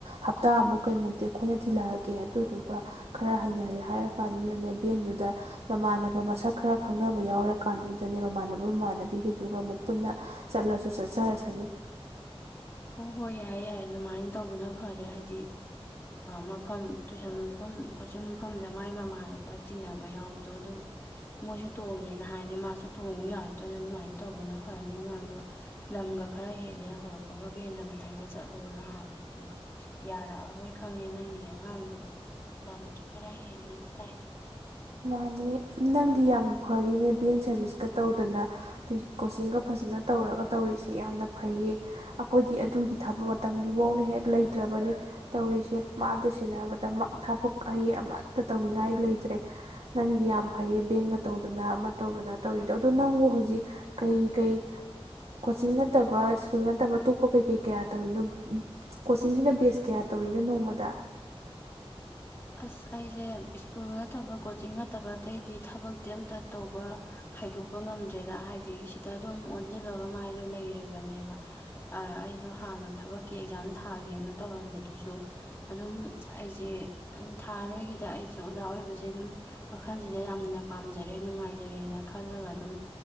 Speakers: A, on the right (about 80°); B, on the left (about 25°).
A: ꯍꯞꯇꯥ ꯑꯃꯨꯛ ꯀꯩꯃꯨꯛꯇꯤ ꯑꯩꯈꯣꯏꯅ ꯊꯤꯜꯂꯛꯑꯒꯦ ꯑꯗꯨꯗꯨꯒ ꯈꯔ ꯍꯩꯅꯔꯦ ꯍꯥꯏꯔ ꯀꯥꯟꯗꯨꯗꯅꯦ ꯚꯦꯟꯗꯨꯗ ꯃꯃꯥꯟꯅꯕ ꯃꯁꯛ ꯈꯔ ꯈꯪꯅꯕ ꯌꯥꯎꯔ ꯀꯥꯟꯗꯨꯗꯅꯦ ꯃꯃꯥꯟꯅꯕ ꯃꯃꯥꯟꯅꯕꯤꯒꯤꯗꯨꯒ ꯑꯃꯨꯛ ꯄꯨꯟꯅ ꯆꯠꯂꯁꯨ ꯆꯠꯆꯔꯁꯅꯤ
B: ꯍꯣꯏ ꯍꯣꯏ ꯌꯥꯏ ꯌꯥꯏ ꯑꯗꯨꯃꯥꯏꯅ ꯇꯧꯕꯅ ꯐꯔꯦ ꯍꯥꯏꯗꯤ ꯃꯐꯝ ꯇꯨꯏꯁꯟ ꯃꯐꯝ ꯀꯣꯆꯤꯡ ꯃꯐꯝꯗ ꯃꯥꯏ ꯃꯃꯥꯟꯅꯕ ꯇꯤꯟꯅꯕ ꯌꯥꯎꯕꯗꯣ ꯑꯗꯨ ꯃꯣꯏꯁꯨ ꯇꯣꯡꯉꯦꯅ ꯍꯥꯏꯔꯗꯤ ꯃꯥꯁꯨ ꯇꯣꯡꯉꯨ ꯌꯥꯔꯛꯇꯣꯏꯅ ꯑꯗꯨꯃꯥꯏꯅ ꯇꯧꯕꯅ ꯐꯔꯅꯤ ꯑꯉꯥꯡꯗꯣ ꯂꯝꯒ ꯈꯔ ꯍꯦꯜꯂꯦ ꯍꯧꯔꯛꯄ ꯒ ꯚꯦꯟꯗ ꯃꯊꯟꯇ ꯆꯠꯂꯣꯅ ꯍꯥꯏꯕꯗꯨꯗꯤ ꯌꯥꯔꯛꯑꯔꯣꯏ ꯈꯪꯉꯦ ꯅꯪꯒꯤ ꯑꯉꯥꯡꯗꯣ ꯌꯥꯝꯁꯨ ꯈꯔ ꯍꯦꯜꯂꯦꯅ ꯇꯥꯏ
A: ꯃꯥꯅꯤ ꯅꯪꯗꯤ ꯌꯥꯝ ꯐꯔꯤꯅꯦ ꯚꯦꯟ ꯁꯥꯔꯚꯤꯁꯀ ꯇꯧꯗꯅ ꯀꯣꯆꯤꯡꯒ ꯐꯖꯅ ꯇꯧꯔꯒ ꯇꯧꯔꯤꯁꯦ ꯌꯥꯝꯅ ꯐꯩꯌꯦ ꯑꯩꯈꯣꯏꯗꯤ ꯑꯗꯨꯒꯤ ꯊꯥꯕꯛ ꯃꯇꯝꯗꯨꯐꯧꯅ ꯍꯦꯛ ꯂꯩꯇ꯭ꯔꯕꯅꯤ ꯇꯧꯔꯤꯁꯦ ꯃꯥꯗ ꯁꯦꯟꯅꯕꯗ ꯊꯕꯛ ꯑꯩ ꯑꯃꯠꯇ ꯇꯧꯅꯤꯡꯉꯥꯏ ꯂꯩꯇ꯭ꯔꯦ ꯅꯪꯗꯤ ꯌꯥꯝ ꯐꯔꯦ ꯕꯦꯟꯒ ꯇꯧꯗꯅ ꯑꯃ ꯇꯧꯗꯅ ꯇꯧꯔꯤꯗꯣ ꯑꯣ ꯅꯪꯕꯨ ꯍꯧꯖꯤꯛ ꯀꯩ ꯀꯩ ꯀꯣꯆꯤꯡ ꯅꯠꯇꯕ ꯁ꯭ꯀꯨꯜ ꯅꯠꯇꯕ ꯑꯇꯣꯞꯄ ꯀꯩ ꯀꯩ ꯀꯌꯥ ꯇꯧꯔꯤꯅꯣ ꯀꯣꯆꯤꯡꯁꯤꯅ ꯕꯦꯁ ꯀꯌꯥ ꯇꯧꯔꯤꯅꯣ ꯅꯣꯡꯃꯗ
B: ꯑꯁ ꯑꯩꯁꯦ ꯁ꯭ꯀꯨꯜ ꯅꯠꯇꯕ ꯀꯣꯆꯤꯡ ꯅꯠꯇꯕ ꯑꯇꯩꯗꯤ ꯊꯕꯛꯇꯤ ꯑꯝꯇ ꯇꯧꯕ ꯍꯥꯏꯗꯣꯛꯄ ꯉꯝꯗ꯭ꯔꯦꯗ ꯍꯥꯏꯗꯤ ꯁꯤꯇꯗꯣ ꯑꯃꯨꯛ ꯑꯣꯟꯁꯤꯜꯂꯒ ꯃꯥꯏꯗꯣ ꯂꯩꯔꯕꯅꯦꯕ ꯑꯩꯗꯣ ꯍꯥꯟꯅ ꯊꯕꯛꯀꯤ ꯑꯦꯛꯖꯥꯝ ꯊꯥꯒꯦꯅ ꯇꯧꯔꯝꯕꯗꯨꯁꯨ ꯑꯗꯨꯝ ꯑꯩꯁꯦ ꯊꯥ ꯑꯔꯣꯏꯒꯤꯗ ꯑꯩꯁꯦ ꯑꯣꯖꯥ ꯑꯣꯏꯕꯁꯦ ꯑꯗꯨꯝ ꯋꯥꯈꯜꯁꯤꯗ ꯌꯥꯝꯅ ꯄꯥꯝꯖꯔꯦ ꯅꯨꯡꯉꯥꯏꯖꯔꯦꯅ ꯈꯜꯂꯒ ꯑꯗꯨꯝ